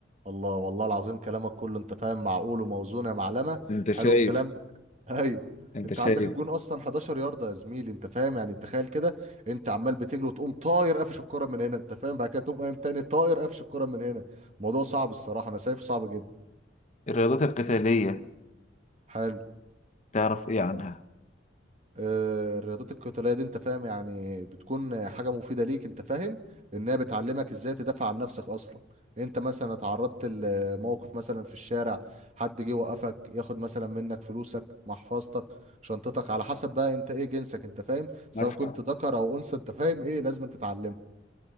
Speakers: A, on the right; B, on the left.
A: الله والله العظيم كلامك كله انت فاهم معقول وموزون يا معلمه
B: انت شايف
A: حلو الكلام <laughs> ايوه
B: انت
A: انت
B: شايف
A: عندك الجون اصلا 11 يارده يا زميلي انت فاهم يعني تخيل كده انت عمال بتجري وتقوم طاير قافش الكره من هنا انت فاهم بعد كده تقوم قايم تاني طاير قافش الكره من هنا الموضوع صعب الصراحه انا شايفه صعب جدا
B: الرياضات القتالية
A: حلو
B: تعرف ايه عنها؟
A: آه، الرياضات القتالية دي انت فاهم يعني بتكون حاجة مفيدة ليك انت فاهم لانها بتعلمك ازاي تدافع عن نفسك اصلا انت مثلا اتعرضت لموقف مثلا في الشارع حد جه وقفك ياخد مثلا منك فلوسك محفظتك شنطتك على حسب بقى انت ايه جنسك انت فاهم سواء
B: معك حق
A: كنت ذكر او انثى انت فاهم ايه لازم تتعلمه